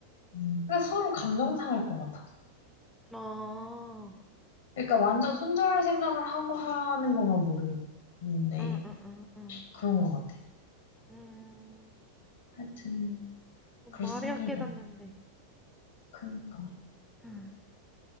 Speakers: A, on the left (about 60°); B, in the centre.
A: 음. 그냥 서로 감정 상할 것 같아.
B: 아,
A: 그러니까 완전 손절할 생각을 하고 하는 것만 모르겠는데,
B: 응, 응, 응, 응.
A: 그런 것 같아.
B: 음.
A: 하여튼.
B: 어,
A: 그렇습니다.
B: 말해야 깨닫는데.
A: 그러니까
B: 음.